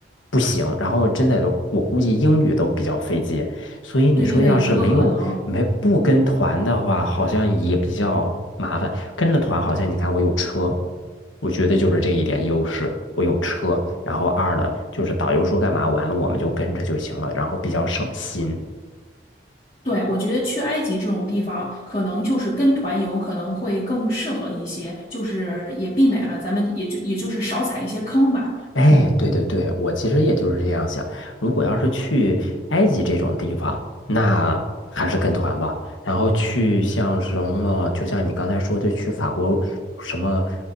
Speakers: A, on the left (about 85°); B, on the left (about 30°).
A: 不行，然后真的我估计英语都比较费劲，所以你说要是没有没不跟团的话，
B: 对对对，有这个可能。
A: 好像也比较麻烦。跟着团好像你看我有车，我觉得就是这一点优势，我有车，然后二呢就是导游说干嘛，完了我们就跟着就行了，然后比较省心。
B: 对，我觉得去埃及这种地方，可能就是跟团游可能会更适合一些，就是也避免了咱们也就也就是少踩一些坑吧。
A: 哎，
B: 嗯。
A: 对对对，我其实也就是这样想。如果要是去埃及这种地方，那还是跟团吧。然后去像什么，就像你刚才说的，去法国什么，